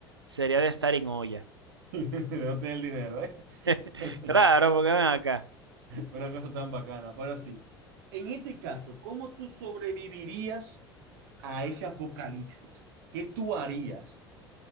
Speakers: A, on the right; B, on the right.
A: sería de estar en olla.
B: <laughs> No tenía el dinero, ¿eh?
A: <laughs>
B: <laughs>
A: Claro, porque ven acá.
B: Una cosa tan bacana, pero sí. En este caso, ¿cómo tú sobrevivirías a ese apocalipsis? ¿Qué tú harías?